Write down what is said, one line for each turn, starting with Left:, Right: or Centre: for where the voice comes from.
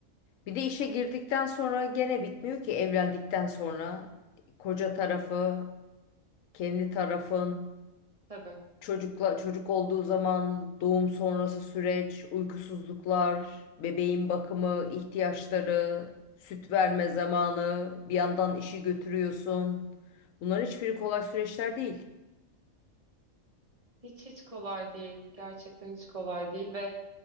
Left: Bir de işe girdikten sonra gene bitmiyor ki evlendikten sonra koca tarafı, kendi tarafın,
Right: Tabii.
Left: çocukla çocuk olduğu zaman doğum sonrası süreç, uykusuzluklar, bebeğin bakımı, ihtiyaçları, süt verme zamanı, bir yandan işi götürüyorsun. Bunların hiçbiri kolay süreçler değil.
Right: Hiç hiç kolay değil. Gerçekten hiç kolay değil ve